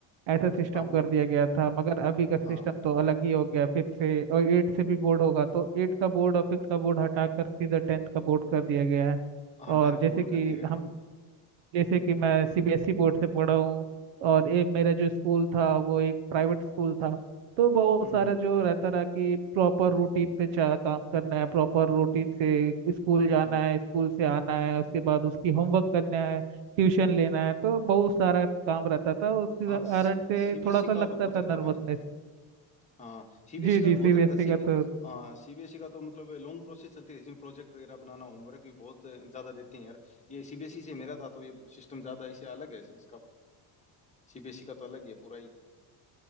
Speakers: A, on the right (about 85°); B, on the left (about 15°).
A: ऐसा सिस्टम
B: हाँ बोर्ड
A: कर दिया गया था मगर अभी का सिस्टम
B: हाँ
A: तो अलग ही हो गया फिफ्थ से और एट से भी बोर्ड होगा तो एट का बोर्ड और फिफ्थ का बोर्ड हटाकर सीधा टेंथ का बोर्ड कर दिया गया है
B: हाँ
A: और
B: टेंथ
A: जैसे
B: का बोर्ड
A: कि
B: कर दिया गया
A: हम
B: है
A: जैसे कि मैं सीबीएसई बोर्ड से पढ़ा हूँ और ये मेरा जो स्कूल था वो एक प्राइवेट स्कूल था तो बहुत
B: हम्म
A: सारा
B: हम्म,
A: जो रहता रहा कि प्रॉपर रूटीन पे चा काम करना है प्रॉपर रूटीन से स्कूल जाना
B: हाँ
A: है स्कूल से आना है उसके बाद उसकी होमवर्क करना है ट्यूशन लेना है तो बहुत सारा काम रहता था उसके
B: हाँ सीबीएसई
A: कारण से थोड़ा सा
B: का
A: लगता
B: तो बहुत
A: था
B: रहता
A: नर्वसनेस
B: भाई हाँ सीबीएसई
A: जी
B: का
A: जी
B: तो
A: सीबीएसई
B: बहुत रहता सीबी
A: का तो
B: हाँ सीबीएसई का तो मतलब लॉन्ग प्रोसेस चलती रहती है इसमें प्रोजेक्ट वगैरह बनाना होमवर्क भी बहुत ज़्यादा देते हैं यार ये सीबीएसई से मेरा था तो ये सिस्टम ज़्यादा इससे अलग है इसका सीबीएसई का तो अलग ही है पूरा ही